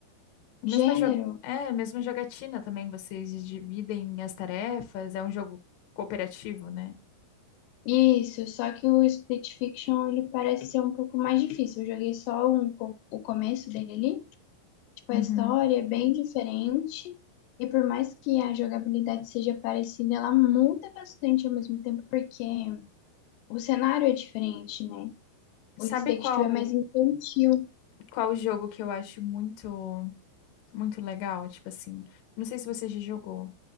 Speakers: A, on the left (about 70°); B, on the left (about 80°).
A: A mesma
B: Gênero?
A: jo- é, a mesma jogatina também, vocês dividem as tarefas, é um jogo cooperativo, né?
B: Isso, só que o Split Fiction ele parece ser um pouco mais difícil. Eu joguei só um, co- o começo dele ali. Tipo,
A: Uhum.
B: a história é bem diferente. E por mais que a jogabilidade seja parecida, ela muda bastante ao mesmo tempo, porque o cenário é diferente, né? O It
A: Sabe
B: Takes
A: qual
B: Two é mais infantil.
A: Qual jogo que eu acho muito, muito legal? Tipo assim, não sei se você já jogou